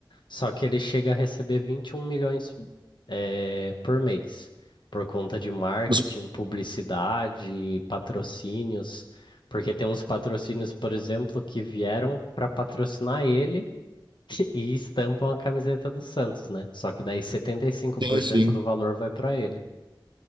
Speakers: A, on the left; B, on the right.
A: Só que ele chega a receber 21 milhões eh, por mês, por conta de marketing,
B: Os-
A: publicidade, patrocínios, porque tem uns patrocínios, por exemplo, que vieram para patrocinar ele <laughs> e estampam a camiseta do Santos, né? Só que daí 75%
B: Sim, sim.
A: do valor vai para ele,